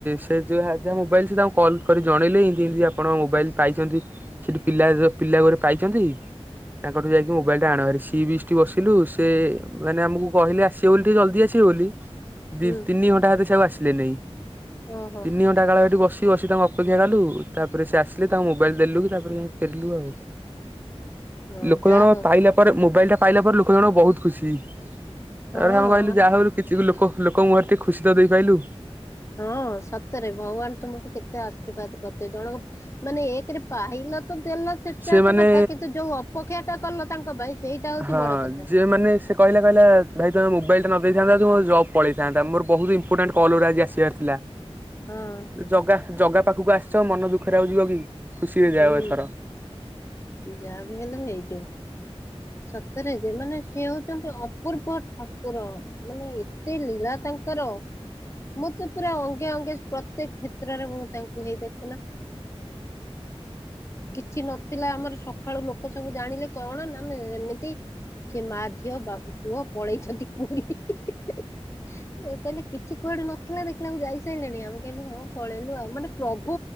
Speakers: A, on the right; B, on the left.
A: ସେ ଯାହା ମୋବାଇଲ୍ ସେ ତାଙ୍କୁ କଲ୍ କରି ଜଣେଇଲି କିମିତି ଆପଣ ମୋବାଇଲ୍ ପାଇଛନ୍ତି ସେଠି ପିଲା ପିଲା ଘୋରେ ପାଇଛନ୍ତି। ତାଙ୍କଠୁ ଯାଇକି ମୋବାଇଲ ଟା ଆଣ ସି ବିଚ୍ ଟି ବସିଲୁ ସେ ମାନେ ଆମକୁ କହିଲେ ଆସିବ ବୋଲି ଟିକେ ଜଲଦି ଆସିବ ଦି
B: ହୁଁ
A: ତିନି ଘଣ୍ଟା ହେବେ ସିଏ ଆଉ ଆସିଲେନି।
B: ଓହୋ
A: ତିନି ଘଣ୍ଟା କାଳ ଏଠି ବ ସେଟି ବସି ତାଙ୍କୁ ଅପେକ୍ଷା କଲୁ ତାପରେ ସେ ଆସିଲେ ତାଙ୍କୁ ମୋବାଇଲ ଦେଲୁ ତାପରେ ଯାଇ ଫେରିଲୁ ଆଉ
B: ହଁ
A: ଲୋକ
B: ଯାହା
A: ଜଣଙ୍କ ପାଇଲା ପରେ ମୋବାଇଲ ଟା ପାଇଲା ପରେ ଲୋକ ଜଣଙ୍କ ବହୁତ ଖୁସି।
B: ହଉ
A: ତାପରେ ଆମେ କହିଲୁ
B: ହଁ
A: ଯାହା ହଉ କିଛି ଲୋକ ଲୋକଙ୍କୁ ଘରେ ଟିକେ ଖୁସି ତ ଦେଇପାଇଲୁ।
B: ହଁ, ସତରେ ଭଗବାନ ତୁମକୁ କେତେ ଆଶୀର୍ବାଦ କରି ସେ ଜଣଙ୍କ ମାନେ ଏକରେ ପାହି ନ ତ ତେଲ ଛିଟା
A: ସେମାନେ
B: ତ କଥା କିନ୍ତୁ ଯୋଉ ଅପେକ୍ଷାଟା କଲ ତାଙ୍କ ପାଇଁ? ସେଇଟା ହଉଛି
A: ହଁ,
B: ବଡ କଥା
A: ଯେଉଁ ମାନେ ସେ କହିଲା କହିଲା ଭାଇ ତମେ ମୋବାଇଲଟା ନ ଦେଇଥାନ୍ତ ଯଦି ମୋ ଯବ୍ ପଳେଇଥାନ୍ତା। ମୋର ବହୁତ ଇମ୍ପୋଟାଣ୍ଟ କଲ ଗୁଡା ଆଜି ଆସିବାର ଥିଲା।
B: ହଁ
A: ଜଗା ଜଗା ପାଖକୁ ଆସିଛ, ମନ ଦୁଃଖରେ ଆଉ ଯିବ କି? ଖୁସିରେ
B: ହୁଁ
A: ଯାଅ ଏଥର।
B: ଯାହା ବି ହେଲେ ହେଇଯିବ। ସତରେ ଯେ ମାନେ ସେ ହଉଛନ୍ତି ଅପୂର୍ବ ଠାକୁର ମାନେ ଏତେ ଲୀଳା ତାଙ୍କର ହାଲୋ। ମୁଁ ତ ପୁରା ଅଙ୍ଗେ ଅଙ୍ଗେ ପ୍ରତ୍ୟେକ କ୍ଷେତ୍ରରେ, ମୁଁ ତାଙ୍କୁ ହେଇ ଦେଖୁନା କିଛି ନଥିଲା ଆମର ସକାଳୁ ଲୋକ ସବୁ ଜାଣିଲେ କଣ ନା ଆମେ ଏମିତି ସେ ମା ଝିଅ ବାପ ପୁଅ ପଳେଇଛନ୍ତି ପୁରୀ। ହିଁ- ହିଁ- ହିଁ ମୁଁ କହିଲି କିଛି କୁଆଡୁ ନଥିଲା ଦେଖିଲା ବେଳକୁ ଯାଇ ସାଇଲେଣି, ଆମେ କହିଲୁ ହଁ ପଳେଇଲୁ ଆଉ ମାନେ ପ୍ରଭୁ